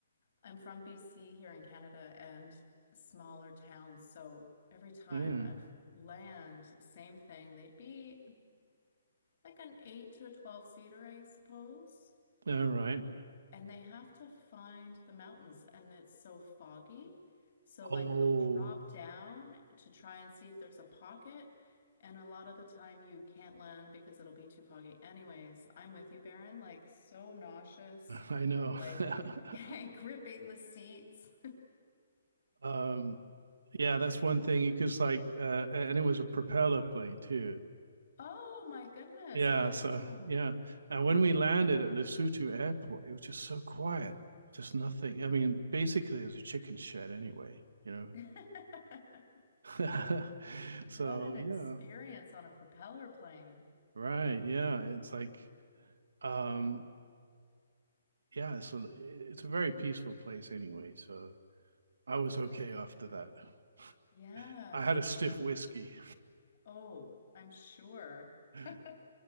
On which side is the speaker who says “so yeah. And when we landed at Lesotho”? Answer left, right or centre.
Right